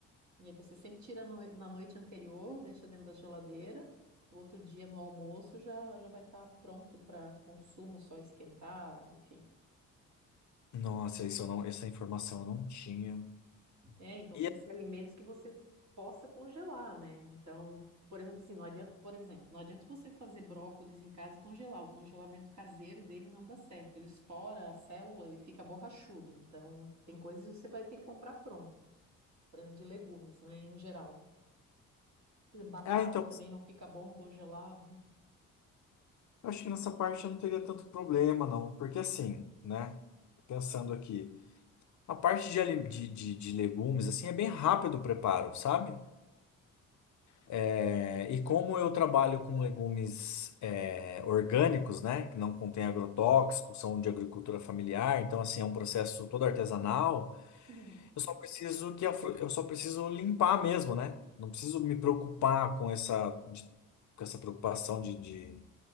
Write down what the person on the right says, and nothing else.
E aí você sempre tira no- na noite anterior, deixa dentro da geladeira. No outro dia, no almoço, já, já vai estar pronto para consumo, só esquentar, enfim.
É, então
tem que ser alimentos que você possa congelar, né? Então, por exemplo, assim, não adianta, por exemplo, não adianta você fazer brócolis em casa e congelar. O congelamento caseiro dele não dá certo. Ele estoura a célula e fica borrachudo. Então, tem coisas que você vai ter que comprar pronto. Por exemplo, de legumes, né? Em geral. Por exemplo, Batata
também não fica bom congelado.
Uhum,